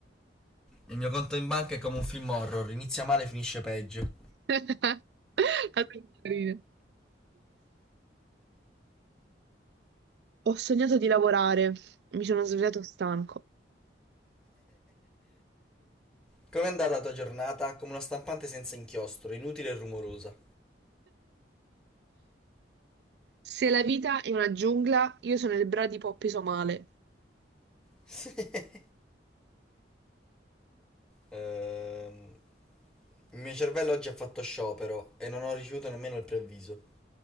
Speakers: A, in the centre; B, on the right.
A: Il mio conto in banca è come un film horror, inizia male e finisce peggio.
B: <laughs> La tua carina. Ho sognato di lavorare, mi sono svegliato stanco.
A: Com'è andata la tua giornata? Come una stampante senza inchiostro, inutile e rumorosa.
B: Se la vita è una giungla, io sono il bradipo appeso male.
A: Sì. <laughs> Ehm, il mio cervello oggi ha fatto sciopero e non ho ricevuto nemmeno il preavviso.